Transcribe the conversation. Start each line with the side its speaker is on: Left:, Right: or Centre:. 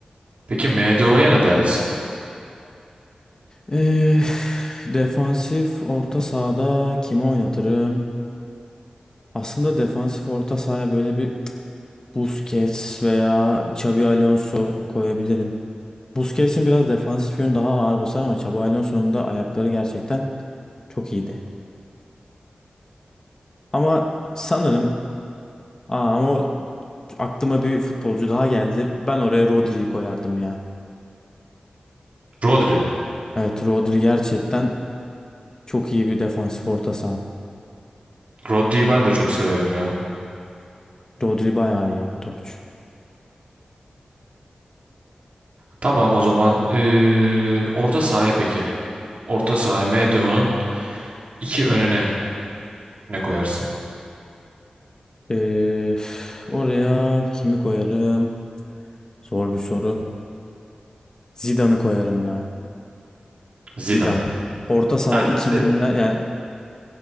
Right: Peki MDO'ya ne deriz?
Left: Ee, defansif orta sahada kimi oynatırım? Aslında defansif orta sahaya böyle bir Busquets veya Xabi Alonso koyabilirim. Busquets'in biraz defansif yönü daha ağır basar ama Xabi Alonso'nun da ayakları gerçekten çok iyiydi. Ama sanırım aa, ama o- aklıma bir futbolcu daha geldi. Ben oraya Rodri'yi koyardım ya.
Right: Rodri.
Left: Evet Rodri gerçekten çok iyi bir defansif orta saha.
Right: Rodri'yi ben de çok severim ya.
Left: Rodri bayağı iyi bir topçu.
Right: Tamam o zaman ee, orta sahaya peki. Orta sahaya MDO'nun iki önüne ne koyarsın?
Left: Ee, üf, oraya kimi koyarım? Zor bir soru. Zidane'ı koyarım ya.
Right: Zidane.
Left: Zidane. Orta saha
Right: Kendisi.
Left: ikilimden yani